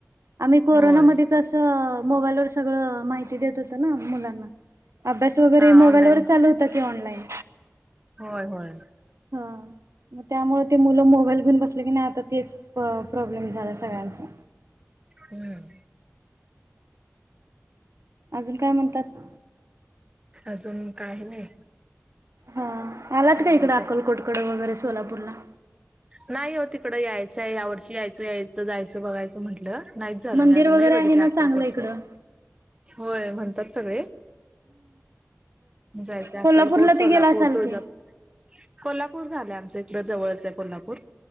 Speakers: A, on the right (about 65°); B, on the right (about 20°).
A: आम्ही कोरोनामध्ये
B: होय
A: कसं मोबाईलवर सगळं माहिती देत होत ना मुलांना. अभ्यास वगैरे
B: हा
A: मोबाईलवरच
B: ऑनलाईन
A: चालू होता की ऑनलाईन.
B: होय, होय.
A: ह. मग त्यामुळे ते मुलं मोबाईल घेऊन बसले की नाही आता तेच प्रॉब्लेम झाला सगळ्यांचा.
B: हम्म.
A: अजून काय म्हणतात?
B: अजून काय नाही.
A: हा आलात
B: निवांत
A: का इकडे
B: आहे
A: अकलकोटकड वगैरे सोलापूरला?
B: नाही हो तिकड यायचंय यावर्षी यायचं, यायचं, जायचं बघायचं म्हटलं. नाहीच झालं
A: मंदिर
B: मी अजून
A: वगैरे
B: नाही बघितले
A: आहे ना
B: अक्कलकोट
A: चांगलं इकडं
B: होय म्हणतात सगळे जायचं अक्कलकोड,
A: कोल्हापूरला
B: सोलापूर,
A: ते गेला असाल
B: तुळजापूर
A: की
B: कोल्हापूर झालंय आमचं इकड जवळच आहे कोल्हापूर.